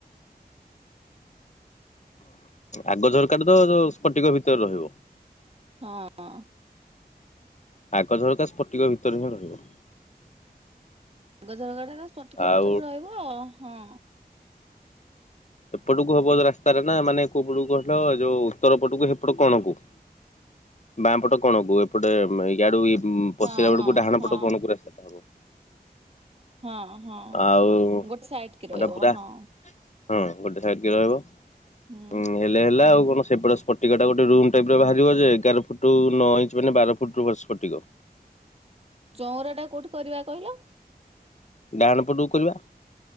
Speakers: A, on the left (about 45°); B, on the right (about 35°).
A: ଆଗ ଝର କାଟିଦେବ ତ ପଟିକ ଭିତରେ ରହିବ।
B: ହଁ ଅଁ।
A: ଆଗଝରକା ସ୍ପଟିକ ଭିତରେ ହିଁ ରହିବ।
B: ଗଜ ଝରକାଟା ତ ସ୍ପଟିକ
A: ଆଉ
B: ଉତ୍ତର ରହିବ ହଁ।
A: ଏପଟକୁ ହବ ରାସ୍ତାରେ ନା ମାନେ କୋଉପଟକୁ କହିଲ ଯୋଉ ଉତ୍ତର ପଟକୁ ସେପଟ କଣକୁ। ବାଁ ପଟ କଣକୁ ଏପଟେ ଇାଡୁ ଇ
B: ହଁ
A: ପଶିଲା
B: ହଁ
A: ବେଳକୁ ଡାହାଣ
B: ହଁ।
A: ପଟ କଣକୁ ରାସ୍ତା ଟା ହବ।
B: ହଁ ହଁ
A: ଆଉ
B: ଗୋଟେ ସାଇଡ୍‌ କି
A: ଏଟା
B: ରହିବ
A: ପୁରା
B: ହଁ।
A: ହଁ ଗୋଟେ ସାଇଡ୍‌ କି ରହିବ ଉଁ
B: ହୁଁ
A: ଏତ୍ ହେଲେ ହେଲା ଆଉ କଣ ସେପଟ ସ୍ପଟିକ ଟା ଗୋଟେ ରୁମ୍ ଟାଇପ୍ ର ବାହାରିବ ଯେ ଏଗାର ଫୁଟୁ ନଅ ଇଞ୍ଚ ମାନେ ବାର ଫୁଟ ରୁ ସ୍ପଟିକ।
B: ଚଉଁରା ଟା କୋଉଠି କରିବା କହିଲ।
A: ଡାହାଣ ପଟକୁ କରିବା।